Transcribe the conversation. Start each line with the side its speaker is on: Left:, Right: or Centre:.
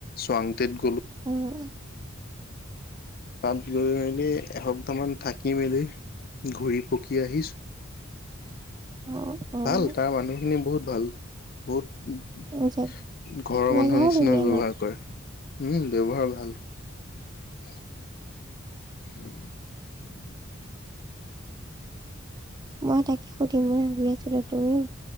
Left: চোৱাংতেত গ'ল
Right: উম।
Left: তাত গৈ মেলি এসপ্তাহ মান থাকি মেলি ঘূৰি পকি আহিছো।
Right: অঁ অঁ
Left: ভাল, তাৰ মানুহখিনি বহুত ভাল। বহুত
Right: অঁ
Left: ঘৰৰ
Right: জেগাও
Left: মানুহৰ নিচিনা
Right: ধুনীয়া
Left: ব্যৱহাৰ
Right: ন
Left: কৰে। উম ব্যৱহাৰ ভাল। <inaudible> <inaudible>
Right: মই তাকে সুধিম বুলি ভাবি আছিলো। তুমিও